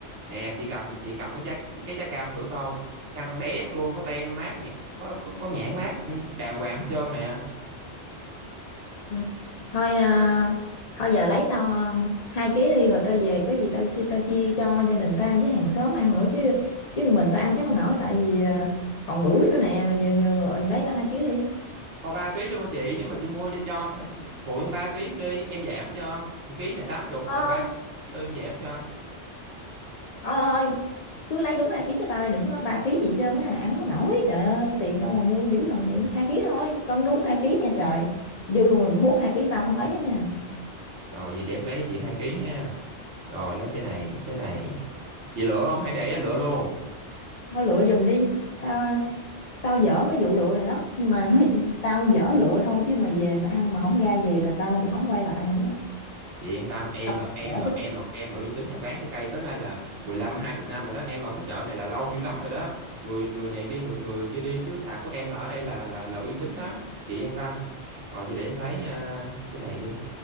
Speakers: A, on the right; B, on the left.
A: Nè, chị cầm chị cầm cái trái cái trái cam thử coi. Căng đét luôn, có tem mát nhẹ, có có có nhãn mát ừ, đàng hoàng hết trơn nè.
B: Ừ. Thôi à, thôi giờ lấy tao um, hai ký đi rồi tao về có gì tao chia tao chia cho gia đình ta với hàng xóm ăn nữa chứ chứ mình tao ăn chắc không nổi tại vì à, còn bưởi nữa nè rồi giờ, giờ rồi lấy tao hai ký đi.
A: thôi ba ký luôn chị nếu mà chị mua đi cho thôi, phụ em ba ký đi em giảm cho một ký là tám chục
B: Thôi
A: và ba tư em giảm cho
B: thôi thôi, cứ lấy đúng hai ký cho tao đây đừng có ba ký gì hết trơn á áo không có nổi trời ơi tiền đâu mà mua dữ thần vậy hai ký thôi cân đúng hai ký nha trời dư mà hút hai ký tao không lấy hết nha
A: rồi vậy để em lấy chị hai ký ha rồi lấy trái này trái này chị lựa không hay để em lựa luôn
B: thôi lựa giùm đi tao tao dở cái vụ lựa này lắm nhưng mà nói, <laughs> tao dở lựa thôi chứ mà về mà ăn mà không ra gì là tao không quay lại nữa đó.
A: chị yên tâm em
B: Tao
A: là em
B: dở
A: là
B: chứ
A: em là em là uy tín nhà bán trái cây tới nay là mười lăm hai chục năm rồi đó em ở cái chợ này là lâu dữ lắm rồi đó người người này kia người người kia đi chứ sạp của em là ở đây là là là uy tín lắm chị yên tâm rồi vậy để em lấy à, cái này đi